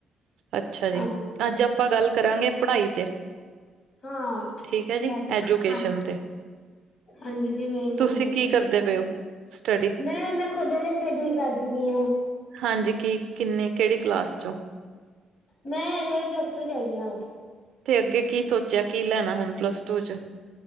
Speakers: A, on the right; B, on the left.
A: ਅੱਛਾ ਜੀ
B: ਹਾਂ
A: ਅੱਜ ਆਪਾਂ ਗੱਲ ਕਰਾਂਗੇ ਪੜ੍ਹਾਈ ਤੇ
B: ਹਾਂ
A: ਠੀਕ ਹੈ ਜੀ
B: ਹਾਂਜੀ
A: ਐਜੂਕੇਸ਼ਨ ਤੇ
B: ਹਾਂਜੀ ਜੀ ਮੈਂ
A: ਤੁਸੀਂ
B: ਤੁਹਾਨੂੰ ਪਤਾ
A: ਕੀ
B: ਹੈ
A: ਕਰਦੇ ਪਏ ਹੋ? ਸਟੱਡੀ
B: ਮੈਂ ਖੁਦ ਲਈ ਸਟੱਡੀ ਕਰਦੀ ਪਈ ਆ
A: ਹਾਂਜੀ ਕੀ ਕਿੰਨੇ ਕਿਹੜੇ ਕਲਾਸ ਚੋਂ
B: ਮੈਂ ਹਲੇ ਪਲੱਸ ਟੂ ਚ ਹੈਗੀ ਹਾਂ।
A: ਤੇ ਅੱਗੇ ਕੀ ਸੋਚਿਆ ਕੀ ਲੈਣਾ ਹੁਣ ਪਲੱਸ ਟੂ ਚ